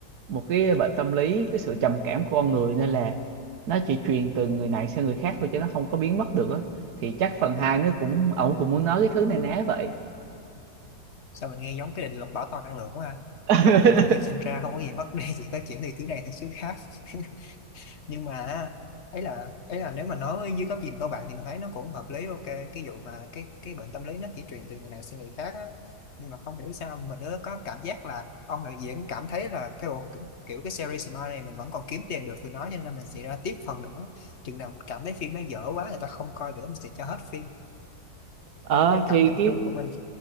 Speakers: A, on the right; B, on the left.
A: một cái bệnh tâm lý cái sự trầm cảm của con người nên là nó chỉ truyền từ người này sang người khác thôi chứ nó không có biến mất được á thì chắc phần 2 nó cũng ổng cũng muốn nói cái thứ này ná vậy
B: sao mình nghe giống cái định luật bảo toàn năng lượng quá ha
A: <laughs>
B: không có gì tự nhiên sinh ra không có gì mất đi <laughs> chỉ có chuyển từ thứ này sang thứ khác <laughs> nhưng mà ấy là ấy là nếu mà nói với dưới góc nhìn của bạn thì mình thấy nó cũng hợp lý ok cái vụ mà cái cái bệnh tâm lý nó chỉ truyền từ người này sang người khác á nhưng mà không hiểu sao mình nữa có cảm giác là ông đạo diễn cảm thấy là cái bộ, kiểu cái series Smile này mình vẫn còn kiếm tiền được từ nó cho nên mình sẽ ra tiếp phần nữa chừng nào mình cảm thấy phim nó dở quá người ta không coi nữa mình sẽ cho hết phim
A: ờ
B: Đây là cảm
A: thì
B: nhận
A: cái
B: chung của mình